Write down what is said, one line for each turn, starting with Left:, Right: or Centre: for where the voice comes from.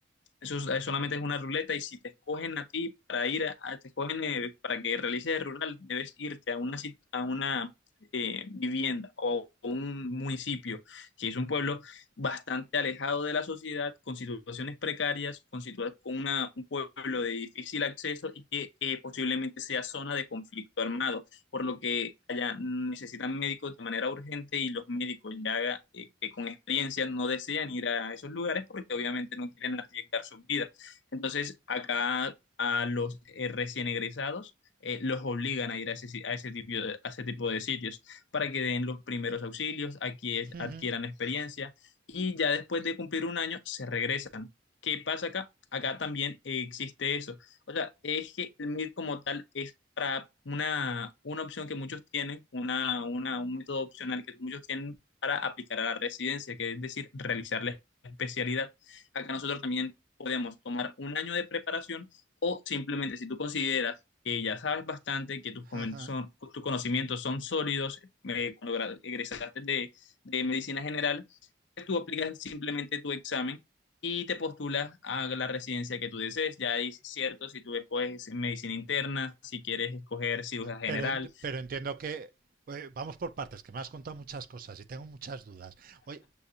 Left: Eso es- eh, solamente es una ruleta y si te escogen a ti para ir a, a- te escogen eh, para que realices el rural, debes irte a una sit- a una eh, vivienda o, o un municipio, que es un pueblo bastante alejado de la sociedad, con situaciones precarias, con situa- con una- un pueblo de difícil acceso y que eh, posiblemente sea zona de conflicto armado por lo que allá necesitan médicos de manera urgente y los médicos ya eh, que con experiencia no desean ir a esos lugares porque obviamente no quieren arriesgar sus vidas. Entonces, acá a los eh, recién egresados eh, los obligan a ir a ese, si- a ese tipo de, a ese tipo de sitios para que den los primeros auxilios, aquí es-
Right: ujú,
Left: adquieran experiencia y ya después de cumplir un año se regresan. ¿Qué pasa acá? Acá también eh, existe eso o sea, es que el MIR como tal es para una, una opción que muchos tienen, una, una, un método opcional que muchos tienen para aplicar a la residencia, que es decir, realizar la especialidad. Acá nosotros también podemos tomar un año de preparación o simplemente si tú consideras que ya sabes bastante, que tus, comen-
Right: ajá.
Left: son- tus conocimientos son sólidos, eh, cuando gra- egresaste de, de medicina general, pues tú aplicas simplemente tu examen y te postulas a la residencia que tú desees. Ya dices cierto, si tú escoges medicina interna, si quieres escoger cirugía general.
Right: Pero, en- pero entiendo que eh, vamos por partes, que me has contado muchas cosas y tengo muchas dudas. Oye,